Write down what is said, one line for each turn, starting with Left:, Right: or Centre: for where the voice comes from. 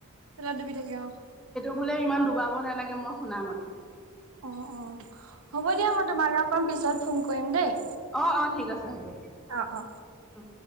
Right: তেলত ডুবি থাকে অ',
Centre: বোলে ইমান ডুবাব নালাগে, মই শুনামতে।
Right: অ' অ', হ'ব দিয়া। মই তোমালৈ অকণ পিছত ফোন কৰিম দেই।
Centre: অ' ঠিক আছে হ'ব।
Right: অ অ
Centre: অ',